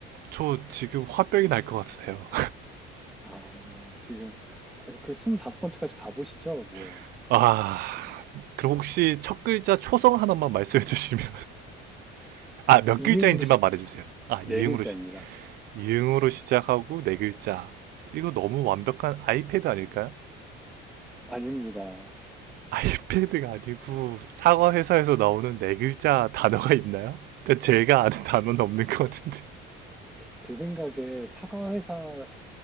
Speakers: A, on the right; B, in the centre.
A: 저 지금 화병이 날 것 같으세요.
B: 아, 지금 아직 그 25번째까지 가보시죠? 뭐
A: <laughs> 아, 그럼 혹시 첫 글자 초성 하나만 말씀해 주시면. <laughs> 아, 몇
B: 이응으로
A: 글자인지만
B: 시-
A: 말해 주세요. 아, 이응으로,
B: 네 글자입니다.
A: 시, 이응으로 시작하고 네 글자. 이거 너무 완벽한 아이패드 아닐까요?
B: 아닙니다.
A: 아이패드가 아니고 사과 회사에서 나오는 네 글자 단어가 있나요? 일단 제가 아는 단어는 없는 것 같은데.
B: 제 생각에 사과 회사